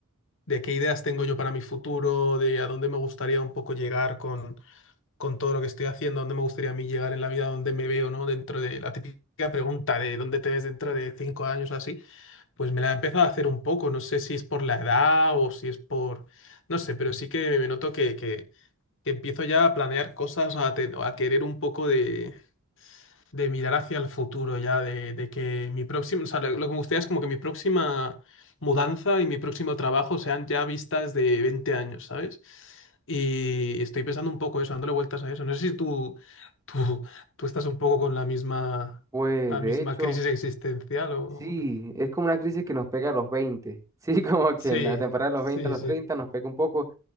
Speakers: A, on the left; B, on the right.
A: de qué ideas tengo yo para mi futuro, de a dónde me gustaría un poco llegar con con todo lo que estoy haciendo, dónde me gustaría a mí llegar en la vida, dónde me veo, ¿no? Dentro de la típica pregunta de dónde te ves dentro de cinco años o así, pues me la he empezado a hacer un poco. No sé si es por la edad o si es por, no sé, pero sí que me noto que, que, que empiezo ya a planear cosas, a, ten- a querer un poco de, de mirar hacia el futuro ya, de, de que mi próximo, o sea, lo, lo que me gustaría es como que mi próxima mudanza y mi próximo trabajo sean ya vistas de 20 años, ¿sabes? Y estoy pensando un poco eso, dándole vueltas a eso. No sé si tú, tú, tú estás un poco con la misma,
B: Pues
A: la
B: de
A: misma
B: hecho,
A: crisis existencial o...
B: sí, es como una crisis que nos pega a los 20 sí, <laughs> como que
A: Sí,
B: en la temporada de
A: sí,
B: los 20 a los
A: sí,
B: 30 nos pega un poco,